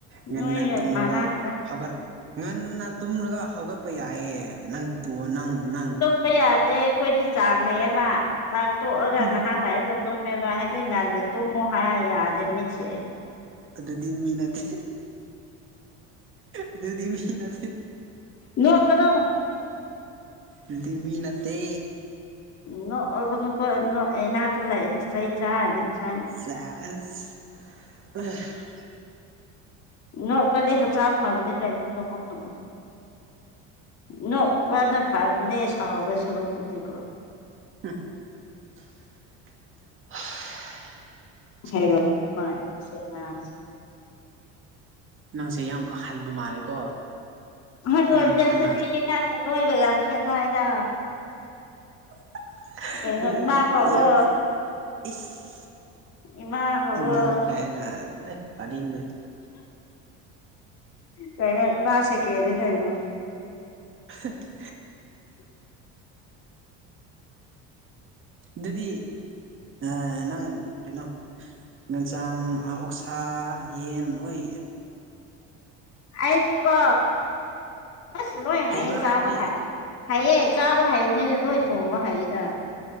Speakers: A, on the right; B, on the left.
A: ꯉꯟꯅ
B: ꯅꯣꯏꯒ
A: ꯇꯨꯝꯔꯒ
B: ꯃꯥꯟꯅꯗꯦꯗ
A: ꯍꯧꯒꯠ ꯉꯟꯅ ꯇꯨꯝꯂꯒ ꯍꯧꯒꯠꯄ ꯌꯥꯏꯌꯦ ꯅꯪ ꯇꯨ ꯅꯪ ꯅꯪ
B: ꯄ ꯌꯥꯗꯦ ꯑꯩꯈꯣꯏꯗꯤ ꯆꯥꯡ ꯂꯩꯌꯦꯕ ꯆꯥꯛ ꯇꯣꯛꯑꯒ
A: ꯎꯝ
B: ꯉꯍꯥꯛ ꯂꯩꯔ ꯇꯨꯝꯃꯦꯕ ꯍꯥꯏꯗꯤ ꯉꯟꯅ ꯇꯨꯃꯣ ꯍꯥꯏꯔ ꯌꯥꯗꯦ ꯃꯤꯠꯁꯦ
A: ꯑꯗꯨꯗꯤ ꯃꯤ ꯅꯠꯇꯦ ꯑꯗꯨꯗꯤ ꯃꯤ ꯅꯠꯇꯦ
B: ꯅꯣꯛꯀꯅꯣ
A: ꯗꯨꯗꯤ ꯃꯤ ꯅꯠꯇꯦ
B: ꯅꯣꯛꯑꯒꯨꯀꯣ ꯅꯣꯛ ꯏꯅꯥꯛꯇ ꯂꯩꯔꯗꯤ ꯆꯩ ꯆꯥꯔꯅꯤ ꯆꯥꯏꯅ
A: <unintelligible>
B: ꯅꯣꯛꯄꯗꯤ ꯍꯛꯆꯥꯡ ꯐꯕꯅꯤ ꯀꯩꯅꯣ ꯅꯣꯛꯑꯣ ꯅꯣꯛꯑꯣ ꯅꯣꯛꯄꯅ ꯐꯕꯅꯦ ꯁꯥꯎꯕ ꯁꯔꯨꯛꯄꯨꯗꯤꯀꯣ
A: <inaudible>
B: ꯍꯦꯔꯣꯒ ꯃꯥꯟꯅꯤ ꯃꯁꯤ ꯉꯥꯡꯁꯤ
A: ꯅꯪꯁꯦ ꯌꯥꯝ ꯑꯍꯟꯕ ꯃꯥꯜꯂꯤꯀꯣ
B: ꯑꯍꯟ
A: ꯌꯥꯝ
B: ꯑꯣꯏꯕꯅꯦ
A: ꯑꯍꯟ
B: ꯑꯈꯣꯏꯗꯤ ꯅꯪꯒ ꯅꯣꯏꯒ ꯌꯥꯝ ꯈꯦꯠꯅꯩꯗ
A: <unintelligible>
B: ꯀꯩꯅꯣ
A: ꯅꯪ
B: ꯏꯃꯥ ꯀꯧꯋꯣ
A: ꯌꯥꯝꯃꯦ ꯏꯁ
B: ꯏꯃꯥ ꯀꯧꯋꯣ
A: ꯏꯃꯥ ꯀꯥꯏꯅ ꯆꯣꯍꯦ ꯇꯥꯅꯤꯡꯗꯦ
B: ꯀꯩꯅꯣ ꯏꯃꯥ ꯁꯦꯀꯦꯟꯅꯤ ꯀꯩꯅꯣ
A: <unintelligible> ꯗꯨꯗꯤ ꯑ ꯅꯪ ꯀꯩꯅꯣ ꯌꯦꯟꯁꯥꯡ ꯑꯣꯛꯁꯥ ꯌꯦꯟ ꯅꯣꯏ
B: ꯑꯩꯗꯤ ꯀꯣ ꯑꯁ ꯂꯣꯏ
A: ꯍꯩꯕ꯭ꯔꯥ
B: ꯍꯩꯌꯦ ꯆꯥꯕ
A: ꯍꯥꯏꯕꯅꯦ
B: ꯍꯥꯏꯔ ꯍꯩꯌꯦ ꯆꯥꯕ ꯍꯩꯕꯅꯤꯅ ꯅꯣꯏ ꯊꯣꯡꯕ ꯍꯩꯌꯦꯗ